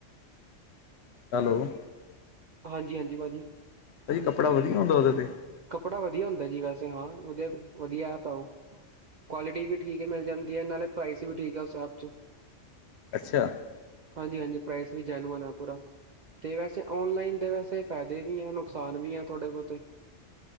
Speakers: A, on the left; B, on the right.
A: ਹੈਲੋ।
B: ਹਾਂਜੀ, ਹਾਂਜੀ ਭਾਜੀ।
A: ਭਾਜੀ ਕੱਪੜਾ ਵਦੀਆ ਹੁੰਦਾ ਓਦੇ ਤੇ।
B: ਕੱਪੜਾ ਵਧੀਆ ਹੁੰਦਾ ਜੀ ਵੈਸੇ ਹਾਂ ਵਧੀਆ, ਵਧੀਆ ਐਪ ਐ ਓਹ। ਕੁਆਲਿਟੀ ਵੀ ਠੀਕ ਹੀ ਮਿਲ ਜਾਂਦੀ ਏ, ਨਾਲੇ ਪ੍ਰਾਈਸ ਵੀ ਠੀਕ ਆ ਓਸ ਐਪ ਚ।
A: ਅੱਛਾ।
B: ਹਾਂਜੀ, ਹਾਂਜੀ ਪ੍ਰਾਈਸ ਵੀ 'ਜੈਨੂਅਨ' ਆ ਪੂਰਾ। ਤੇ ਵੈਸੇ ਔਨਲਾਈਨ ਦੇ ਵੈਸੇ ਫੈਦੇ ਵੀ ਐ ਨੁਕਸਾਨ ਵੀ ਐ ਥੋੜ੍ਹੇ - ਬੋਤੇ।